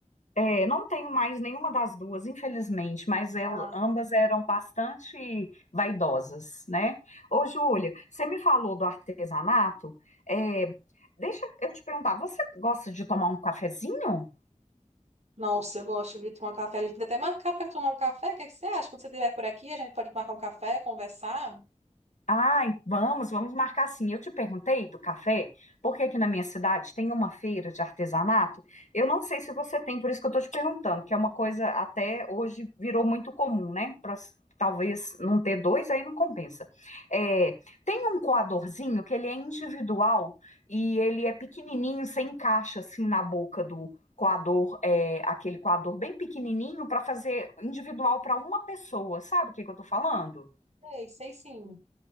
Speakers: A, on the left; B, on the right.
A: É, não tenho mais nenhuma das duas, infelizmente, mas el-
B: Ah,
A: ambas eram bastante vaidosas, né? Ô, Júlia, você me falou do artesanato. É, deixa eu te perguntar, você gosta de tomar um cafezinho?
B: nossa, eu gosto de tomar um café. A gente podia até marcar para tomar um café. O que é que você acha? Quando você estiver por aqui, a gente pode marcar um café, conversar.
A: Ai, vamos, vamos marcar sim. Eu te perguntei do café, porque aqui na minha cidade tem uma feira de artesanato. Eu não sei se você tem, por isso que eu estou te perguntando, que é uma coisa até hoje virou muito comum, né? Pra, s- talvez não ter dois, aí não compensa. É, tem um coadorzinho que ele é individual e ele é pequenininho, você encaixa assim na boca do coador, é, aquele coador bem pequenininho para fazer individual para uma pessoa. Sabe o que que eu estou falando?
B: Sei, sei sim.